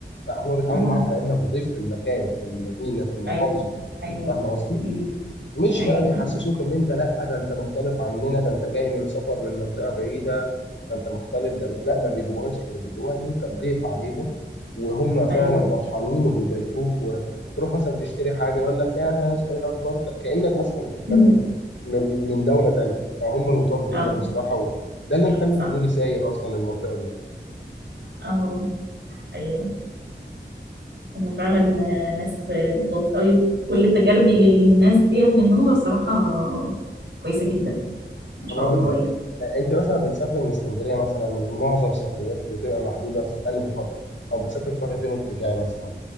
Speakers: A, on the left; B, on the right.
A: فهم بيتعاملوا
B: اه
A: معاك على انك ضيف في المكان في المدينه في المحافظه
B: ايوه ايوه
A: فاهم قصدي؟
B: أمم،
A: مش
B: ايوه
A: بقى بيحسسوك ان انت لا ده انت مختلف عننا ده انت جاي من سفر من منطقة بعيدة ده انت مختلف ده مش لا ما بيجيبوهاش كده بيجيبوها ان انت تضيف عليهم وهم فعلا
B: ايوه
A: فرحانين وبيضيفوك وتروح مثلا تشتري حاجة يقول لك ايه يا باشا ايه الاخبار ده كأنك مثلا بتتكلم
B: <laughs>
A: من من دولة تانية فهم لطاف جدا
B: اه
A: بصراحة وده اللي
B: ايوه
A: مخلي
B: صح
A: فضولي ساير اصلا للمنطقة دي
B: اه ايوه هم فعلا ناس لطاف قوي كل تجاربي للناس دي اهل النوبه صراحه كويسه جدا ما شاء
A: طب هقول
B: الله
A: لك
B: يعني
A: آه، انت مثلا بتسافري من اسكندريه مثلا معظم سفرياتك بتبقى محدوده في انهي خط او بتسافري تروحي فين وترجعي مثلا